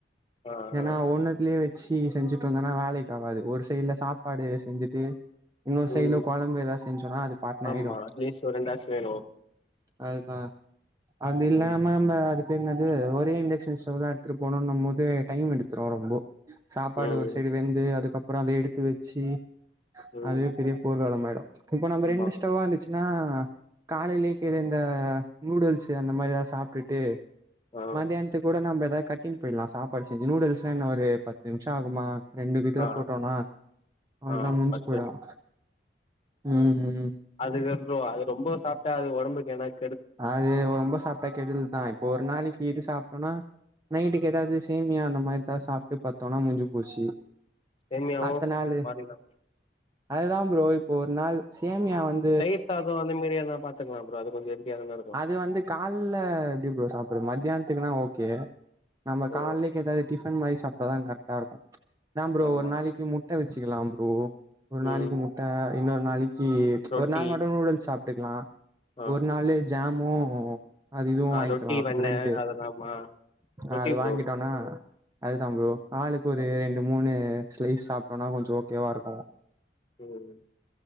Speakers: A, on the left; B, on the right.
A: ஆ
B: ஏன்னா
A: ஆ
B: ஓன்னத்துலயே வச் சி செஞ்சுட்டு வந்தனா வேலைக்கு ஆவாது ஒரு சைடு்ல சாப்பாடு செஞ்சுட்டு இன்னொரு
A: ம்
B: சைட்ல குழம்பு ஏதாவ செஞ்சோம்ன்னா அது பாட்டுன
A: ஆமா
B: ஆயிடும்
A: அட்லீஸ்ட் ஒரு ரெண்டாச்சு வேணு
B: அதுக்கா அது இல்லாம
A: ம்
B: நம்ம அது பேரென்னது ஒரே இண்டக்ஷன் ஸ்டவ்தா எடுத்துட்டு போனோன்னும் போது டைம் எடு <unintelligible> சாப்பாடு
A: ம்
B: ஒரு சைடு வெந்து அதுக்கப்புறம் அதை எடுத்து வச்சு
A: ம்
B: அது பெரிய போர்களமாயிடும் இப்போ நம்
A: ஆமா
B: ரெண்டு ஸ்டவ் வா இரு சின்னா காலையிலே கேது இந்த நூடுல்ஸ் அந்த மாரி எதாவ சாப்டுட்டு
A: ஆ
B: மத்தியானத்து கூட நம்ம ஏதாவது கட்டின்னு போயிடலாம் சாப்பாடு செஞ்சு நூடுல்ஸ்லாம் என்ன ஒரு பத்து நிமிஷம் ஆகுமா ரெண்டு பேத்துல
A: ஆ
B: போட்டோம்னா அவள
A: ஆ
B: தான் முடிஞ்சு
A: பத்து
B: போயிடும் உம் ஹும்
A: அதுக்கு அப்புறம் அது ரொம்ப சாப்பிட்டா அது உடம்புக்கு என்னாச்
B: அது ரொம்ப சாப்பிட கெடுதல் தான் இப்ப ஒரு நாளைக்கு இது சாப்பிடோனா நைட்டுக்கு ஏதாவது சேமியா அந்த மாரி எதா சாப்ட்டு பத்தோம்னா முஞ்சு போச்சு
A: சேமியாவு
B: அடுத்த நாளு
A: ஒரு மாரிதா
B: அதுதான் ப்ரோ இப்போ ஒரு நாள் சேமியா வந்
A: தயிர் சாதம் அந்த மாரி எதுனா பாத்துகலாம் பரோ அது கொஞ்சம் ஹெல்த்தியா தான இரு
B: இது வந்து காலல எப்டி ப்ரோ சாப்டுறது மத்தியானத்துக்குன்னா ஓகே நம்ம காலக்கு
A: ஓ
B: ஏதாவது டிஃபன் மாதி சாப்பிட்டதான் கெரக்டா இருக்கும் அதான் ப்ரோ
A: ஆமா
B: ஒரு நாளைக்கு முட்டை வச்சுக்கலாம் ப்ரோ ஒரு
A: ம்
B: நாளைக்கு முட்ட இன்னொரு நாளைக்கு
A: ரொட்டி
B: ஒரு நாலு மட்டும் நூடுல்ஸ் சாப்டுக்கலாம்
A: ஆ
B: ஒரு நாளு ஜாமும் அது இதுவும்
A: ஆ
B: வாங்கிக்கலாம்
A: ரொட்டி வெண்ண
B: பிரெட்டு்
A: அதெல்லாமா
B: ஆஹ்
A: ரொட்டி
B: அது
A: ப்ரோ
B: வாங்கிட்டோனா அது தான் ப்ரோ ஆளுக்கு ஒரு
A: ஆ
B: ரெண்டு மூணு ஸ்லைஸ் சாப்டோம்னா கொஞ்சம் ஓகேவா இருக்கும்
A: உம்